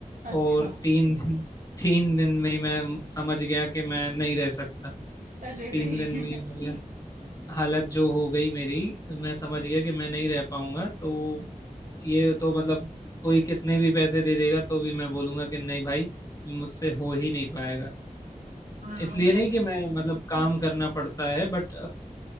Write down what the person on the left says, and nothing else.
और तीन दिन तीन दिन में ही मैं समझ गया कि मैं नहीं रह सकता
तीन
दिन में ही मेरी हालत जो हो गई मेरी मैं समझ गया कि मैं नहीं रह पाऊंगा तो ये तो मतलब कोई कितने भी पैसे दे देगा तो भी मैं बोलूंगा कि नहीं भाई मुझसे हो ही नहीं पाएगा
इसलिए
नहीं
कि मैं मतलब काम करना पड़ता है बट